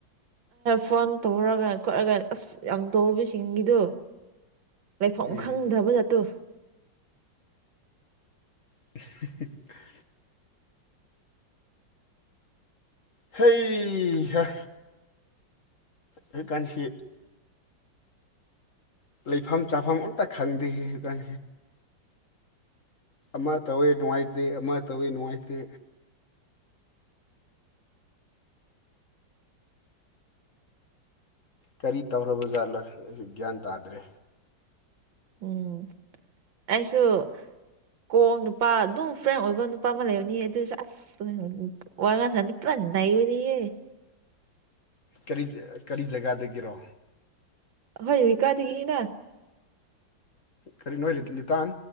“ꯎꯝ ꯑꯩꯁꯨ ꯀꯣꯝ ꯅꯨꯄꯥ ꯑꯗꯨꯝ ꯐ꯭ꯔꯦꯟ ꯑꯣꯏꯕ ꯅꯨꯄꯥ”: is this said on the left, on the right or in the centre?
Right